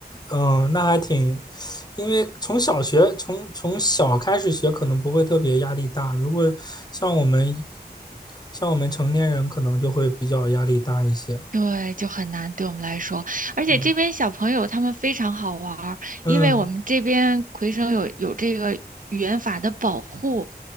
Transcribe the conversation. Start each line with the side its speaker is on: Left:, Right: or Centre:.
Left: 嗯，那还挺，因为从小学从从小开始学，可能不会特别压力大。如果像我们像我们成年人，可能就会比较压力大一些。
Right: 对，就很难对我们来说。而且这边小朋友他们非常好玩儿，
Left: 嗯，嗯
Right: 因为我们这边魁省有有这个语言法的保护，